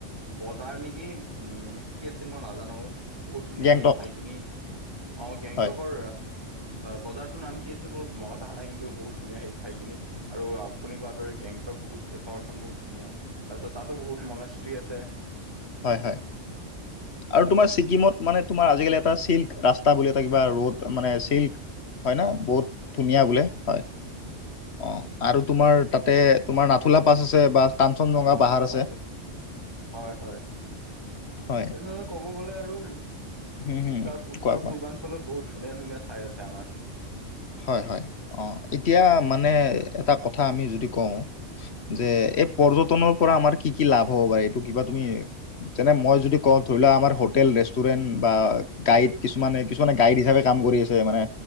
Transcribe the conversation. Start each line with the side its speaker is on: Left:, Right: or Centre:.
Right: বজাৰ নেকি, উম কি আছিল, মই নাজানো বহুত ধুনীয়া
Left: গেংটক
Right: সেই ঠাইখিনি অ' গেংটকৰ,
Left: হয়
Right: বজাৰটোৰ নাম কি আছিল, মোৰ মনত অহা নাই কিন্তু বহুত ধুনীয়া, সেই ঠাইখিনি। আৰু আপুনি কোৱাৰ দৰে গেংটক বহুত চহৰখন বহুত ধুনীয়া। তাৰপিছত তাতো বহুত মনেস্ৰী আছে।
Left: হয় হয়। আৰু তোমাৰ ছিকিমত, মানে তোমাৰ আজিকালি এটা চিল্ক ৰাস্তা বুলি এটা কিবা ৰ'ড মানে চিল্ক, হয় ন, বহুত ধুনীয়া বোলে হয়। অ', আৰু তোমাৰ তাতে তোমাৰ নাথুলা পাছ আছে বা কাঞ্চনজঙা
Right: অ নাথুলা
Left: পাহাৰ
Right: পাছ
Left: আছে।
Right: হয়, হয়।
Left: হয়
Right: তেনে ক'ব গ'লে আৰু,
Left: হম হম
Right: উত্তৰ, উত্তৰ
Left: কোৱা কোৱা
Right: পূৰ্বাঞ্চল ফলত বহুত ধুন ধনীয়া ঠাই আছে আমাৰ।
Left: হয় হয়, অ' এতিয়া মানে এটা কথা আমি যদি কওঁ যে এই পৰ্যটনৰ পৰা আমাৰ কি কি লাভ হ'ব পাৰে, এইটো কিবা তুমি যেনে, মই যদি কওঁ ধৰি লোৱা আমাৰ হোটেল ৰে ষ্টুডেণ্ট বা
Right: হয়
Left: গাইড কিছুমানে কিছুমানে গাইড হিচাপে কাম কৰি আছে, মানে